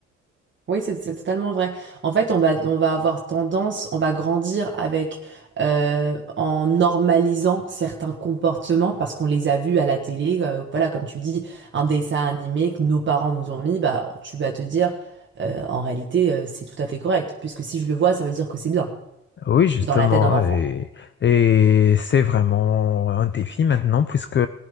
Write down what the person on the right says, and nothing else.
Oui, c'est c'est totalement vrai. En fait, on va, on va avoir tendance, on va grandir avec, euh, en normalisant certains comportements parce qu'on les a vus à la télé. euh, voilà, comme tu dis, un dessin animé que nos parents nous ont mis, bah, tu vas te dire, euh, en réalité, euh, c'est tout à fait correct. Puisque si je le vois, ça veut dire que c'est bien,
dans la tête d'un enfant.